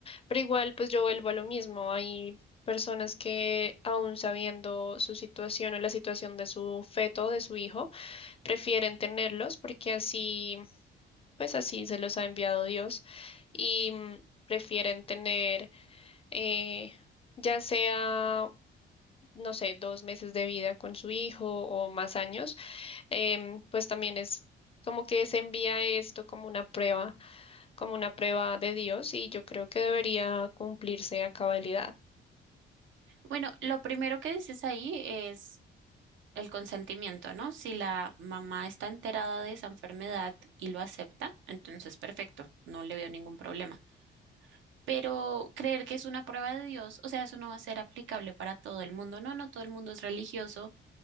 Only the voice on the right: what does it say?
Bueno, lo primero que dices ahí es el consentimiento, ¿no? Si la mamá está enterada de esa enfermedad y lo acepta, entonces perfecto, no le veo ningún problema. Pero creer que es una prueba de Dios, o sea, eso no va a ser aplicable para todo el mundo, ¿no? No todo el mundo es religioso